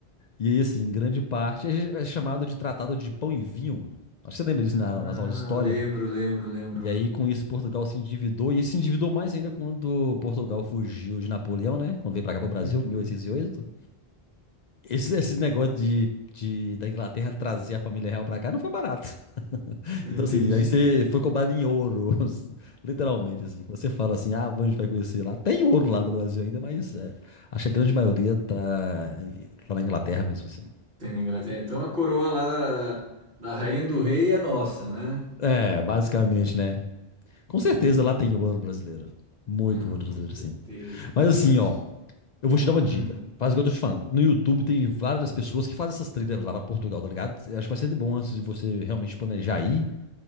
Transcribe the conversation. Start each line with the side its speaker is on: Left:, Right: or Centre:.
Left: E aí, assim, grande parte é, é chamado de Tratado de Pão e Vinho. Acho que você lembra disso
Right: Ah,
Left: na- nas aulas de história.
Right: lembro, lembro, lembro.
Left: E aí, com isso, Portugal se endividou, e se endividou mais ainda quando Portugal fugiu de Napoleão, né? Quando veio pra cá pro Brasil,
Right: Uhum.
Left: em 1808. Esse, esse negócio de, de- da Inglaterra trazer a família real pra cá não foi barato. <laughs>
Right: Entendi.
Left: Então, assim, aí você foi cobrado em ouro, <laughs> literalmente, assim. Quando você fala assim, ah, a vai conhecer lá. Tem ouro lá no Brasil ainda, mas é, acho que a grande maioria tá, em- tá na Inglaterra mesmo, assim.
Right: Tem na Inglaterra. Então a coroa lá da, da rainha do rei é nossa, né?
Left: É, basicamente, né? Com certeza lá tem ouro brasileiro. Muito
Right: Ah,
Left: ouro brasileiro,
Right: com certeza.
Left: sim. Mas assim,
Right: Imagina.
Left: ó, Eu vou te dar uma
Right: Hum,
Left: dica. Faz igual eu tô te falando. No YouTube tem várias pessoas que fazem essas trilhas lá pra Portugal, tá ligado? Eu Acho que vai ser bom antes de você realmente planejar ir.